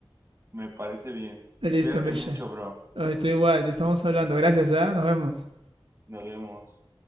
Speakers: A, on the right; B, on the right.
A: Me parece bien.
B: Listo,
A: Cuídate
B: Mircha.
A: mucho, bro.
B: Ay, Estoy igual, ya estamos hablando. Gracias, ya. Nos vemos.
A: Nos vemos.